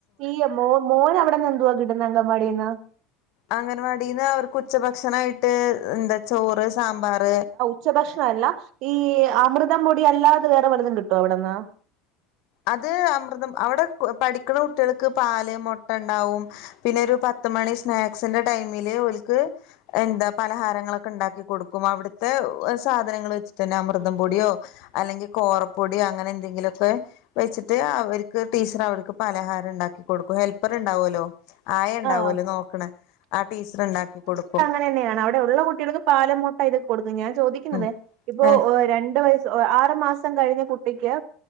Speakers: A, on the right; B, on the left.
A: ഈ മോ മോൻ അവിടെന്ന് എന്തുവാ കിട്ടുന്നേ അംഗൻവാടീന്ന്
B: അംഗനവാടിന്ന് അവർക്ക് ഉച്ചഭക്ഷണായിട്ട് എന്താ ചോറ് സാമ്പാർ
A: ഉച്ചഭക്ഷണല്ല ഈ അമൃതം പൊടി അല്ലാതെ വേറെ വല്ലതും കിട്ടൊ അവ്ട്ന്ന്
B: അത് അമൃതം അവിടെ പഠിക്ക്ണ കുട്ടിയൾക്ക് പാല് മുട്ട ഇണ്ടാവും പിന്നൊരു പത്ത് മണി സ്നാക്സിന്റെ ടൈമില് ഓൽക്ക് എന്താ പലഹാരങ്ങളൊക്കെ ണ്ടാക്കി കൊട്ക്കും അവിട്ത്തെ സാധനങ്ങൾ വെച്ചിട്ടെന്നെ അമൃതം പൊടിയോ അല്ലെങ്കി കോറപ്പൊടി അങ്ങനെന്തെങ്കിലൊക്കെ വെച്ച്ട്ട് അവര്ക്ക് ടീച്ചറവർക്ക് പലഹാരം ണ്ടാക്കി കൊട്ക്കും ഹെൽപ്പറ്ണ്ടാവൊല്ലോ ആയ ണ്ടാവൊലോ
A: ആഹ്
B: നോക്ക്ണ ആ ടീച്ചർ ണ്ടാക്കി കൊട്ക്കും
A: ന്നെയാണ് അവിടെയുള്ള കട്ട്യാൾക്ക് പാലം മുട്ട ഇതൊക്കെ കൊട്ക്കും ഞാൻ ചോദിക്കുന്നത്
B: ഉം
A: ഇപ്പൊ
B: ഏ
A: രണ്ട് വയസ്സ് ആറു മാസം കഴിഞ്ഞ കുട്ടിക്ക്